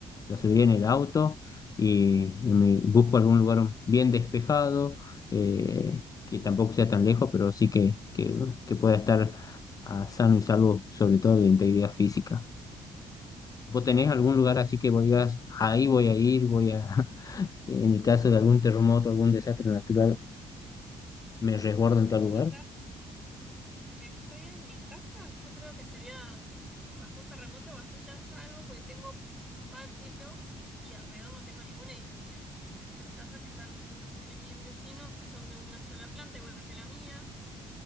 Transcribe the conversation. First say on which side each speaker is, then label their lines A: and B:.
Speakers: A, on the left (about 30°); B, in the centre.
A: las subiría en el auto y, y me busco algún lugar bien despejado, eh, que tampoco sea tan lejos, pero sí que, que, bueno, que pueda estar ah, sano y salvo, sobre todo de integridad física. ¿Vos tenés algún lugar así que vos digas, ahí voy a ir, voy a, <laughs> en el caso de algún terremoto, algún desastre natural, me resguardo en tal lugar?
B: Acá donde estoy en mi casa, yo creo que estaría eh, bajo un terremoto bastante a salvo porque tengo patio y alrededor no tengo ningún edificio. Las casas que están en mis vecinos son de una sola planta, igual que la mía,